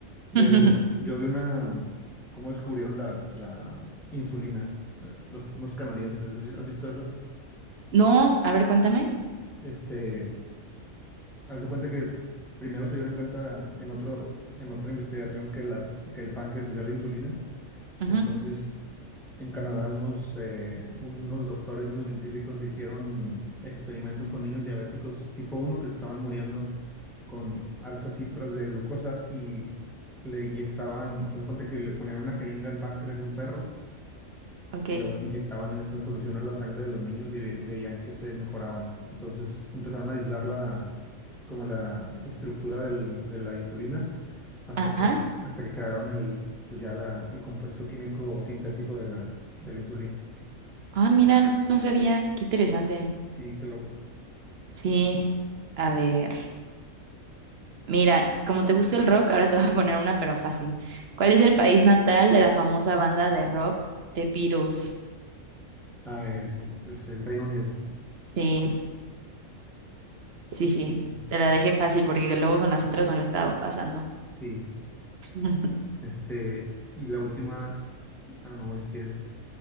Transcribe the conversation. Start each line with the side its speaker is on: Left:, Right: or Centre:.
Centre: De,
Right: <laughs>
Centre: yo vi una, mm, cómo descubrieron la, la insulina, eh, los, unos canadienses, ¿has vis- has visto eso?
Right: No, a ver, cuéntame.
Centre: Este, haz de cuenta que primero se dieron cuenta en otro, en otra investigación que, la, que el páncreas hacía la insulina,
Right: Ujú,
Centre: entonces en Canadá unos, eh, unos doctores y unos científicos hicieron experimentos con niños diabéticos tipo uno que se estaban muriendo con altas cifras de glucosa y le inyectaban, o sea, se cuenta que le ponían una jeringa al páncreas de un perro
Right: ok.
Centre: y luego le inyectaban esa solución a la sangre de los niños y, ve- y veían que se mejoraban. Entonces empezaron a aislar la, como la estructura del- de la insulina hasta
Right: Ajá.
Centre: que, hasta que crearon el, pues ya la, el compuesto químico sintético de la, de la insulina.
Right: Ah, mira, no no sabía. Qué interesante.
Centre: Sí, qué loco.
Right: Sí, a ver. Mira, como te gusta el rock, ahora te <laughs> voy a poner una, pero fácil. ¿Cuál es el país natal de la famosa banda de rock The Beatles?
Centre: Ah, eh, es el Reino Unido.
Right: Sí, sí, sí.
Centre: Mm.
Right: Te la dejé fácil porque luego con las otras me lo estaba pasando.
Centre: Sí,
Right: <laughs>
Centre: este, y la última, ah, no, si quieres,